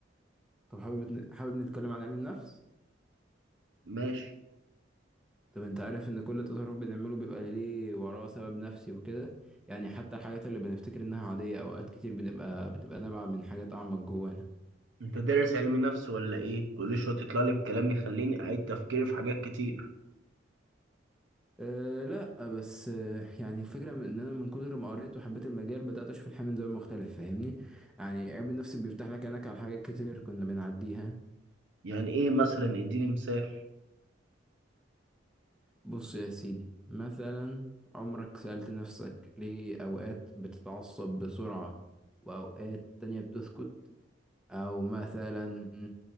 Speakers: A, in the centre; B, on the right.
A: طب حابب حابب نتكلم عن علم النفس
B: ماشي
A: طب أنت عارف إن كل تصرف بنعمله بيبقى ليه وراه سبب نفسي وكده يعني حتى الحاجات اللي بنفتكر إنها عادية أوقات كتير بنبقى بتبقى نابعة من حاجات أعمق جوانا
B: انت دارس علم نفس ولا ايه كل شويه تطلع لي بكلام يخليني اعيد تفكيري في حاجات كتير
A: أه لا بس أه يعني الفكرة من إن أنا من كتر ما قريت وحبيت المجال بدأت أشوف الحياة من زاوية مختلف فاهمني يعني علم النفس بيفتح لك عينك على حاجات كتير كنا بنعديها
B: يعني ايه مثلا اديني مثال
A: بص يا سيدي مثلا عمرك سألت نفسك ليه أوقات بتتعصب بسرعة وأوقات تانية بتسكت أو مثلا